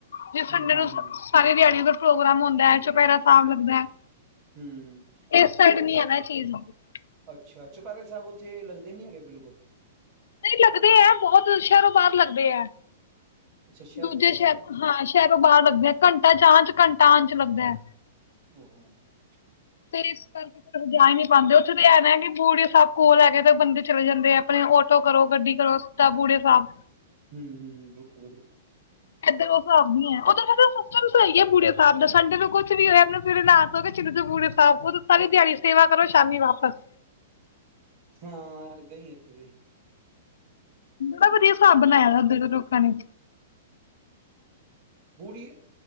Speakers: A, on the left; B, on the right.
A: ਜੇ
B: ਹੂੰ
A: ਸੰੰਡੇ
B: ਹੂੰ
A: ਨੂੰ
B: ਹੂੰ
A: ਸਾਰੀ ਦਿਹਾੜੀ ਉੱਧਰ ਪ੍ਰੋਗਰਾਮ ਹੁੰਦਾ ਹੈ ਚੁਪੈਰਾ ਸਾਬ ਲੱਗਦਾ ਹੈ
B: ਹਮ
A: ਇਸ ਸਾਈਡ
B: ਤੇ
A: ਨੀ ਹੈ
B: ਅ
A: ਨਾ ਚੀਜ਼ ਨਹੀਂ
B: ਅੱਛਾ ਚੁਪਰੇ ਸਾਹਿਬ ਉੱਥੇ ਲੱਗਦੇ ਨੀ ਹੈਗੇ ਬਿਲਕੁਲ
A: ਨਹੀਂ ਲੱਗਦੇ ਹੈ ਬਹੁਤ ਸ਼ਹਿਰੋਂ ਬਾਹਰ ਲੱਗਦੇ ਹੈ
B: ਅੱਛਾ ਸ਼ਹਿਰੋਂ
A: ਦੂਜੇ
B: ਬਾਹਰ
A: ਸ਼ਹਿਰ
B: ਆ
A: ਹਾਂ ਸ਼ਹਿਰੋਂ ਬਾਹਰ ਲੱਗਦੇ ਘੰਟਾ ਚ ਆ ਚ ਘੰਟਾ ਆਚ ਲੱਗਦਾ ਹੈ
B: ਹੋ
A: ਤੇ ਇਸ ਕਰਕੇ ਜਾ ਹੀ ਨੀ ਪਾਉਂਦੇ ਉੱਥ ਤੇ ਆਣਾਗੇ ਬੂੜੇ ਸਬ ਕੋਲ ਲੈ ਕੇ ਤਾਂ ਬੰਦੇ ਚਲੇ ਜਾਂਦੇ ਆ ਆਪਣੇ ਆਟੋ ਕਰੋ ਗੱਡੀ ਕਰੋ ਸਿੱਧਾਂ ਬੂੜੇ ਸਭ
B: ਹਮ ਹਮ ਦੁੱਖੋ ਬੱਖ
A: ਸਿਸਟਮ ਸਹੀ ਬੂੇ ਸਾਬ ਦਾ ਸੰਡੇ ਕੁਛ ਵੀ ਹੋਇਆ ਚ ਬੂੇ ਸਾ ਸਾਰੀ ਦਿਹਾੜੀ ਸੇਵਾ ਕਰੋ ਸ਼ਾਮ ਵਾਪਸ
B: ਹਾਂ ਗਈ ਇੱਥੇ ਦੇ
A: ਵਧ ਵਧੀਆ ਸਾਬ ਲਾਇਆਧੋਂ ਹਜੀ
B: ਬੁੜੀ